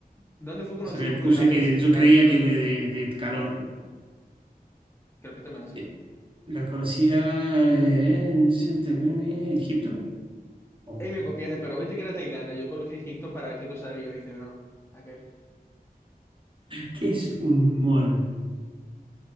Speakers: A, on the left; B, on the right.
A: ¿Dónde fue conocido
B: Se le
A: por
B: puse
A: primera vez
B: que
A: la
B: yo creía
A: tecnología?
B: que de, de- de calor.
A: Creo que te me la sé.
B: Eh, La conocida eh, es- eh, Egipto. Oh.
A: Ey, me copiaste, pero viste que era Tailandia. Yo coloqué Egipto para ver si tú sabías, ¿viste? Pero no. Ok.
B: ¿Qué es un mol?